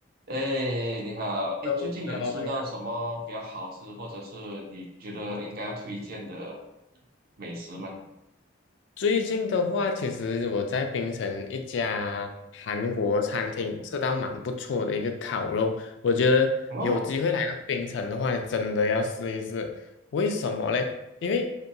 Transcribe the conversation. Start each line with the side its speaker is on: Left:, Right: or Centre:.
Right: 哎，你好！哎，
Left: Hello，
Right: 最近有吃到什么比较好吃，
Left: 你好。
Right: 或者是你觉得应该要推荐的美食吗？
Left: 最近的话，其实我在槟城一家韩国餐厅吃到蛮不错的一个烤肉，我觉得有机会来到槟城的话，
Right: 哦，
Left: 你真的要试一试。为什么嘞？因为